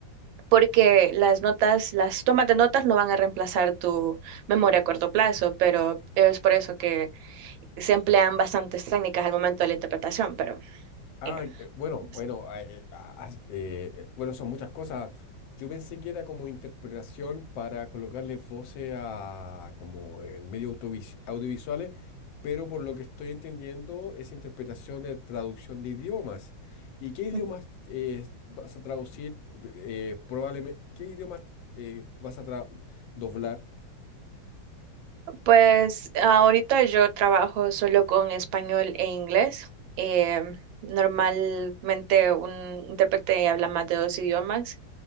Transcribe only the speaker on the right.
porque las notas, las tomas de notas no van a reemplazar tu memoria a corto plazo, pero es por eso que se emplean bastantes técnicas al momento de la interpretación, pero
eh,
no sé.
Ujú.
pues ahorita yo trabajo solo con español e inglés. eh, Normalmente un intérprete habla más de dos idiomas